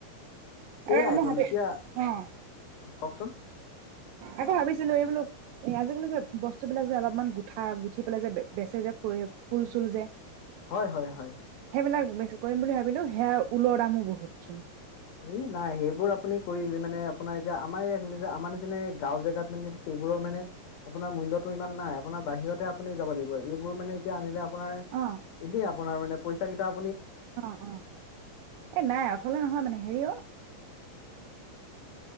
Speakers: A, on the left; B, on the right.
A: সেইয়াইতো
B: আৰু মই ভাবি
A: এতিয়া
B: অ
A: কওকচোন
B: আকৌ ভাবিছিলো এইবোলো এ আজিকালি যে বস্তুবিলাক যে অলপমান গুঠা গুঠি পেলাই যে বেচে যে ফ ফুল চুল যে
A: হয় হয় হয়
B: সেইবিলাক বেছি কৰিম বুলি ভাবিলো সেয়া ঊলৰ দামো বহুত চোন।
A: এই নাই সেইবোৰ আপুনি কৰি মানে আপোনাৰ এতিয়া আমাৰ ইয়াত আমাৰ নিচিনা গাওঁ জেগাত মানে সেইবোৰৰ মানে আপোনাৰ মূল্যটো ইমান নাই আপোনাৰ বাহিৰতে আপুনি যাব লাগিব এইবোৰ মানে এতিয়া আনিলে আপোনাৰ
B: অ',
A: এনেই আপোনাৰ মানে পইচা কিতাপ
B: অ অ এ নাই অথলে নহয় মানে হেৰি